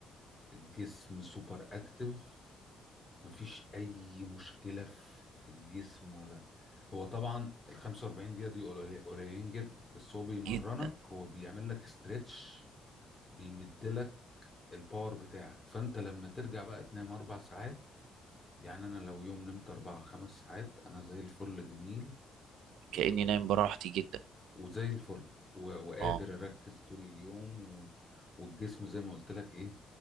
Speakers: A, on the left; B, on the right.
A: الجسم سوبر اكتف مفيش اي مشكلة في الجسم ولا هو طبعا ال 45 دقيقة دي قليل- قليلين جدا بس هو بيمرنك
B: جدا
A: هو بيعمل لك استريتش بيمدلك الباور بتاعك فانت لما ترجع بقى تنام اربع ساعات يعني انا لو يوم نمت اربع خمس ساعات انا زي الفل جميل و...
B: كاني
A: و...
B: نايم براحتي جدا
A: وزي الفل و... وقادر
B: اه
A: اركز طول اليوم و... والجسم زي ما قلت لك ايه